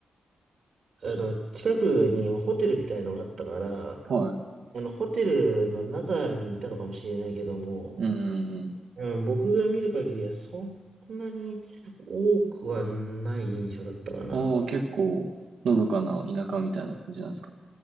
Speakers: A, on the right; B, on the right.
A: あの、近くにまあホテルみたいのがあったから、
B: はい。
A: あの、ホテルの中にいたのかもしれないけども、
B: うんうん
A: うん、僕が見る限りはそんなに多くはない印象だったかな。
B: うん。ああ、結構、のどかな田舎みたいな感じなんですか